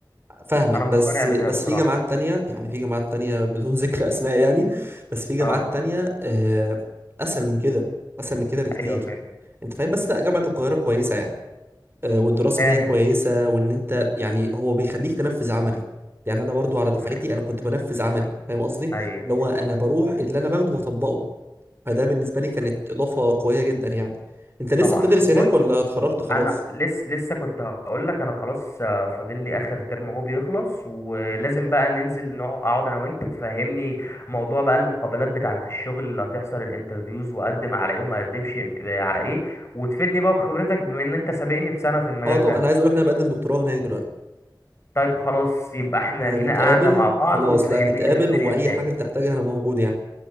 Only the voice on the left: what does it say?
انا مقتنع
بده
بصراحة
اه
ايوه فاهم
فاهم
آه،
ايوه
طبعا
طب
بص
انا لسه لسه كنت هقول لك انا خلاص آه، فاضل لي اخر ترم اهو بيخلص ولازم بقى ننزل نقع- اقعد انا وانت تفهمني موضوع بقى المقابلات بتاعة الشغل اللي هتحصل الانترفيوز واقدم على ايه وما اقدمش آه، على ايه وتفيدني بقى بخبرتك بما ان انت سابقني بسنة في المجال
ده
طيب خلاص يبقى احنا
لينا قاعدة مع بعض
وتفهمني
كده الدنيا
فيها
ايه